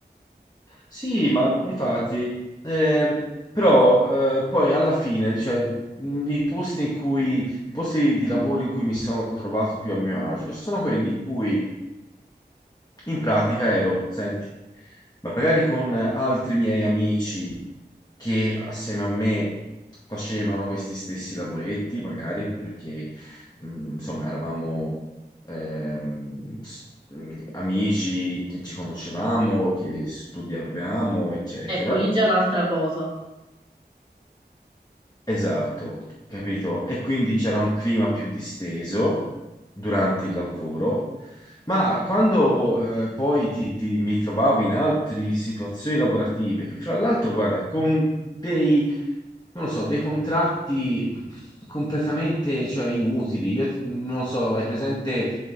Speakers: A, on the left; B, on the right.
A: Sì, ma difatti, eh, però eh, poi alla fine, cioè, mm, i posti in cui, i posti di lavoro in cui mi sono trovato più a mio agio sono quelli in cui in pratica ero, senti, magari con altri miei amici che assieme a me facevano questi stessi lavoretti, magari perché mh, insomma eravamo ehm, s- mh, amici che ci conoscevamo, che studiavamo, eccetera.
B: Ecco, lì già è un'altra cosa.
A: Esatto, capito? E quindi c'era un clima più disteso durante il lavoro, ma quando eh, poi ti- ti- mi trovavo in altre situazioni lavorative, che fra l'altro, guarda, con dei, non lo so, dei contratti completamente, cioè, inutili, io non lo so, hai presente